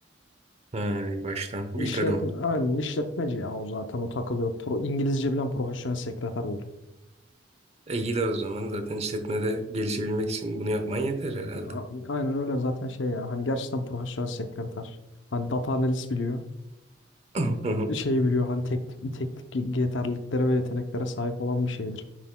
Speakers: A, on the right; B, on the left.
A: Ha, baştan
B: İşletme,
A: ilk adım.
B: aynen işletmeci ya o zaten o takılıyor. Pro, İngilizce bilen profesyonel sekreter oldu.
A: E, iyi de o zaman zaten işletmede gelişebilmek için bunu yapman yeter herhalde.
B: A- Aynen öyle zaten şey ya hani gerçekten profesyonel sekreter. Hani data analist biliyor.
A: <laughs>
B: Ee, şeyi biliyor hani tek, teknik yeterliliklere ve yeteneklere sahip olan bir şeydir.